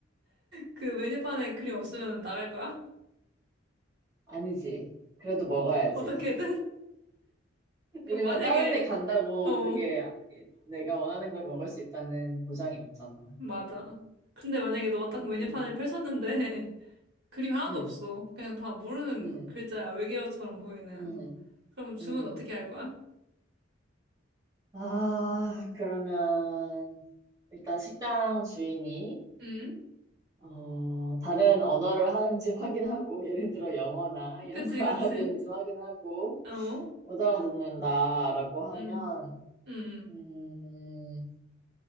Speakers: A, on the right (about 60°); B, on the right (about 20°).
A: 그 메뉴판에 그림 없으면 나갈 거야? <laughs>
B: 아니지. 그래도 먹어야지.
A: 어떻게든?
B: <laughs>
A: 그럼
B: 왜냐면
A: 만약에,
B: 다른 데 간다고
A: 어, 어,
B: 그게 내가 원하는 걸 먹을 수 있다는 보장이 없잖아.
A: 맞아. 근데 만약에 너가 딱
B: 응,
A: 메뉴판을 펼쳤는데 <laughs> 그림 하나도
B: 응,
A: 없어. 그냥 다 모르는
B: 응,
A: 글자야. 외계어처럼 보이는.
B: 응.
A: 그럼 주문
B: 응.
A: 어떻게 할 거야?
B: 아, 그러면 일단 식당 주인이
A: 응?
B: 어, 다른 언어를 하는지 확인하고, <laughs> 예를 들어 영어나 이런
A: 그치,
B: 걸
A: 그치.
B: <laughs> 알아듣는지 확인하고,
A: 어?
B: 못 알아듣는다라고 하면,
A: 음, 음,
B: 음,